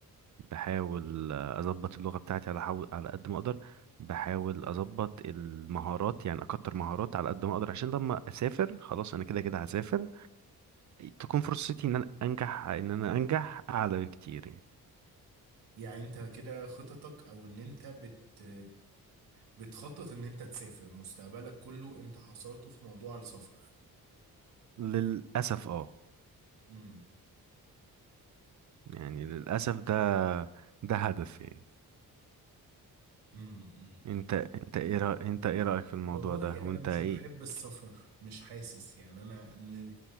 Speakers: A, on the right; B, on the right.
A: بحاول آه، اظبط اللغة بتاعتي على حو... على قد ما اقدر بحاول اظبط المهارات يعني اكتر مهارات على قد ما اقدر عشان لما اسافر خلاص انا كده كده هسافر تكون فرصتي ان انا انجح ان انا انجح اعلى بكتير يعني.
B: يعني أنت كده خططك أو إن أنت بت بتخطط إن أنت تسافر مستقبلك كله أنت حصرته في موضوع السفر.
A: للاسف اه
B: امم
A: يعني للاسف ده ده هدف يعني
B: امم امم،
A: انت
B: امم.
A: انت ايه رأ... انت ايه رأيك في الموضوع
B: والله
A: ده وانت
B: انا مش
A: ايه
B: بحب السفر مش حاسس يعني انا م...